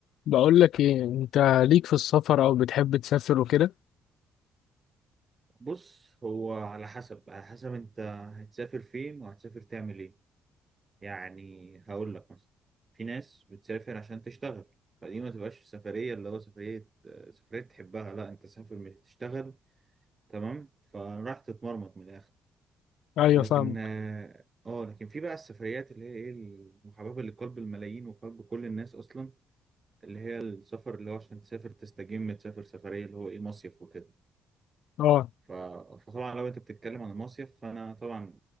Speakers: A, on the left; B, on the right.
A: بقول لك ايه انت ليك في السفر او بتحب تسافر وكده
B: بص هو على حسب على حسب انت هتسافر فين وهتسافر تعمل ايه يعني هقول لك مثلا في ناس بتسافر عشان تشتغل فدي ما تبقاش سفرية اللي هو سفرية سفرية تحبها لا انت سافر مش تشتغل تمام فراح تتمرمط من الاخر
A: ايوه
B: لكن
A: فاهمك
B: اه آه، لكن في بقى السفريات اللي هي ايه المحببة لقلب الملايين وقلب كل الناس اصلا اللي هي السفر اللي هو عشان تسافر تستجم تسافر سفرية اللي هو ايه مصيف وكده
A: اه
B: ف- فطبعا لو انت بتتكلم عن المصيف فانا طبعا